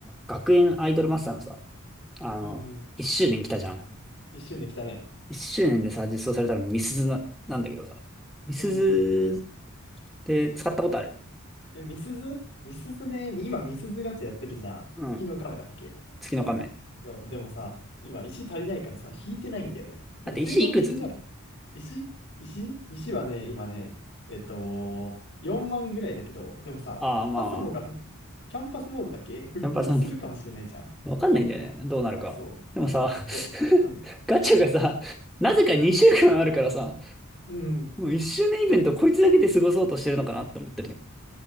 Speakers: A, in the centre; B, on the left (about 55°).
A: 学園アイドルマスターのさ、あの、
B: うんうん。
A: 一周年来たじゃん。
B: 一周年来たね。
A: 一周年でさ、実装されたのミスズな、なんだけどさ。ミスズっ
B: うんうん。
A: て使ったことある
B: え、みすずみすずね、今みすずガチャやってるじゃん。
A: うん。
B: 月の亀だっけ
A: 月の仮面。
B: そう、でもさ、今石足りないからさ、引いてないんだよね。でも性能気になる。
A: だって石いくつ
B: 石石石はね、今ね、えっと、4万ぐらいだけど、でもさ、
A: ああ、まあまあ。
B: パスモがふキャンパスモードだっけ復刻するかもしれないじゃん。
A: キャンパーさん、わかんないんだよね。どうなるか。
B: そう。
A: でもさ、
B: ちょっと、うん。
A: <laughs> ガチャがさ、なぜか2週間あるからさ、
B: う
A: もう1周年イベントこいつだけで過ごそうとしてるのかなって思ってるね。